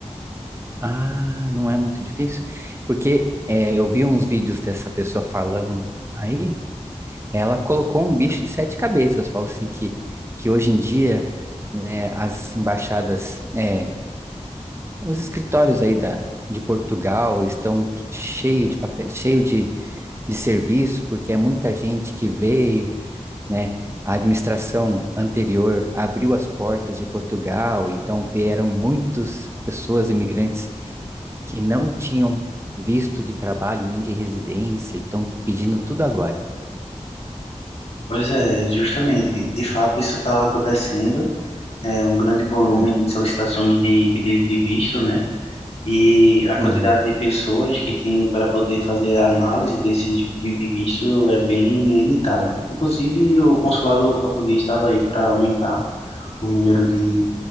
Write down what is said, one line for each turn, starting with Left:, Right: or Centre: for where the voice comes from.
Right: Ah, não é muito difícil, porque é, eu vi uns vídeos dessa pessoa falando aí, ela colocou um bicho de sete cabeças, falou assim que, que hoje em dia, né, as embaixadas, é, os escritórios aí da, de Portugal estão cheio de papel, cheio de, de serviço, porque é muita gente que veio, né, a administração anterior abriu as portas de Portugal, então vieram muitas pessoas imigrantes que não tinham visto de trabalho nem de residência e estão pedindo tudo agora.
Left: Pois é, justamente. De fato, isso está acontecendo. É um grande volume
Right: Hum,
Left: de solicitações de pedido de visto, né? E a quantidade
Right: uhum,
Left: de pessoas que tem para poder fazer a análise desses pedidos de visto é bem limitada. Inclusive, o consulado português estava aí para aumentar o número de,